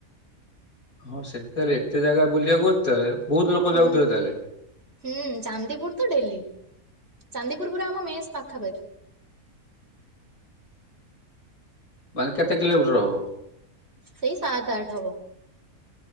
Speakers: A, on the left; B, on the right.
A: ହଁ ସେଠି ତାହେଲେ ଏତେ ଜାଗା ବୁଲିବାକୁହୁଛି ତାହେଲେ ବହୁତ ଲୋକ
B: ହୁଁ
A: ଯାଉଥିବେ ତାହେଲେ
B: ହୁଁ ଚାନ୍ଦିପୁର ତ ଡେଲି। ଚାନ୍ଦିପୁର ପୁର ଆମ ମେଷ ପାଖାପାଖି।
A: ମାନେ କେତେ କିଲୋମିଟର ହବ।
B: ସେଇ ସାତ ଆଠ ହବ।